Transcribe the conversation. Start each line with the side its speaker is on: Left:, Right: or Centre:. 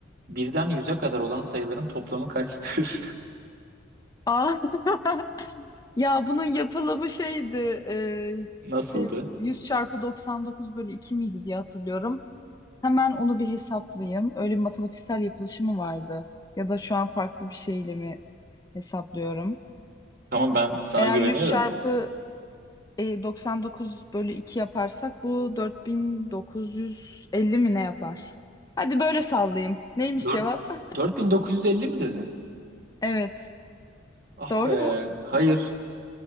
Right: birden yüze kadar olan sayıların toplamı kaçtır?
Left: Aa, <laughs> ya bunun yapılımı şeydi e,
Right: <laughs> Nasıldı?
Left: işte 100 çarpı 99 bölü 2 miydi diye hatırlıyorum. Hemen onu bir hesaplayayım. Öyle bir matematiksel yapılışı mı vardı? Ya da şu an farklı bir şeyle mi hesaplıyorum?
Right: Tamam ben sana
Left: Eğer
Right: güveniyorum.
Left: 100 çarpı e, 99 bölü 2 yaparsak bu 4950 mi ne yapar? Hadi böyle sallayayım. Neymiş
Right: Dört-
Left: cevap? <laughs>
Right: 4950 mi dedin?
Left: Evet.
Right: Ah
Left: Doğru
Right: be.
Left: mu?
Right: Hayır.